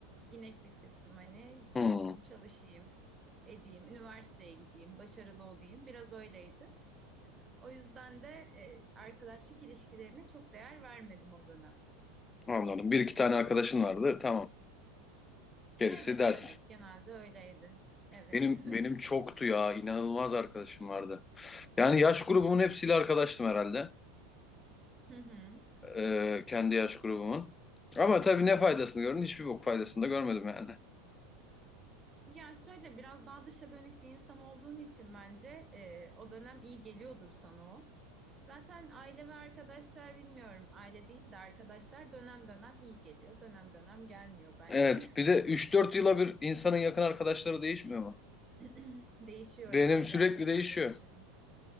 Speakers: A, on the right; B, on the left.
A: inek bir tiptim hani biliyorsun
B: Hmm.
A: çalışayım, edeyim, üniversiteye gideyim, başarılı olayım. Biraz öyleydi. O yüzden de e, arkadaşlık ilişkilerine çok değer vermedim o dönem.
B: Anladım. Bir iki tane arkadaşın vardı. Tamam. Gerisi
A: Evet,
B: ders.
A: evet genelde öyleydi. Evet.
B: Benim
A: <laughs>
B: benim çoktu ya. İnanılmaz arkadaşım vardı. Yani yaş grubumun hepsiyle arkadaştım herhalde.
A: Hı hı.
B: Ee, kendi yaş grubumun. Ama tabii ne faydasını gördün? Hiçbir bok faydasını da görmedim yani.
A: Ya şöyle biraz daha dışa dönük bir insan olduğun için bence e, o dönem iyi geliyordur sana o. Zaten aile ve arkadaşlar bilmiyorum aile değil de arkadaşlar dönem dönem iyi geliyor dönem dönem gelmiyor bence.
B: Evet, bir de üç dört yıla bir insanın yakın arkadaşları değişmiyor mu?
A: <clears throat> Değişiyor
B: Benim
A: ya gerçekten
B: sürekli değişiyor.
A: değişiyor.